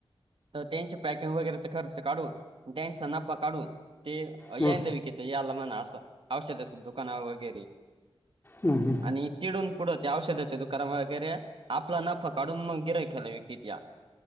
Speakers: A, on the right; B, on the left.
A: तर त्यांची पॅकिंग वगैरेचा खर्च काढून त्यांचा नफा काढून ते <unintelligible>
B: हम्म,
A: विकते याला म्हणा असं औषधाचं दुकान वगैरे.
B: हम हम.
A: आणि तिकडून पुढं त्या औषधाचे दुकान वगैरे आपला नफा काढून मग गिरायकाला विकत्या.